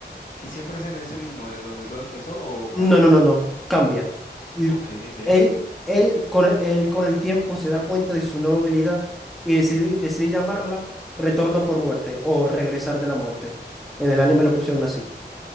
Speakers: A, on the left (about 50°); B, in the centre.
A: ¿Y siempre es en ese mismo, en donde todo empezó o
B: No,
A: cambia?
B: no, no, no, cambia. L-
A: Ok, ok,
B: Él, él, con el, él con el tiempo se da cuenta de su nueva habilidad y decide, decide llamarla Retorno por muerte o Regresar de la muerte. En el anime lo pusieron así.